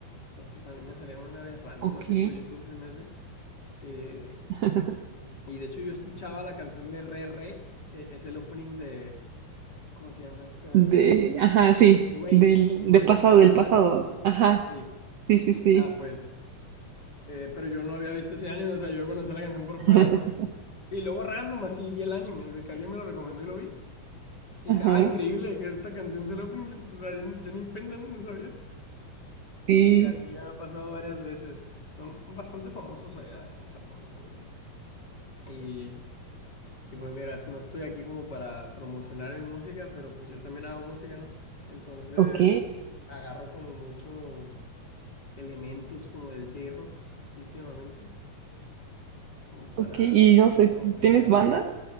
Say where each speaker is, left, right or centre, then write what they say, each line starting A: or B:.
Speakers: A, on the left; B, on the right.
A: Entonces a mí me salieron una vez random
B: Ok.
A: así por YouTube, se me hace. Eh,
B: <laughs>
A: y de hecho yo escuchaba la canción de Re Re, eh, es el opening de... ¿Cómo se llama esta?
B: De, ajá, sí.
A: De Erased,
B: Del,
A: Erased
B: de pasado,
A: se llama
B: del
A: el
B: pasado.
A: anime.
B: Ajá.
A: Sí.
B: Sí, sí, sí.
A: Ah, pues. eh, pero yo no había visto ese anime, o sea, yo conocía la canción por
B: <laughs>
A: fuera, ¿no? Y luego random así vi el anime, de que alguien me lo recomendó y lo vi. Y
B: Ajá.
A: dije, ah, increíble que esta canción sea el opening. Yo, pues, o sea, yo, yo ni en cuenta, ¿no? No sabía.
B: Sí.
A: Y así ya me ha pasado varias veces. Son bastante famosos allá en Japón, ¿sabes? Y, y pues mira, no estoy aquí como para promocionar mi música, pero pues yo también hago música, ¿no? Entonces
B: Ok.
A: agarro como muchos elementos como del J-Rock últimamente, como para,
B: Ok. Y no sé,
A: como para
B: ¿tienes
A: llenarlo.
B: banda?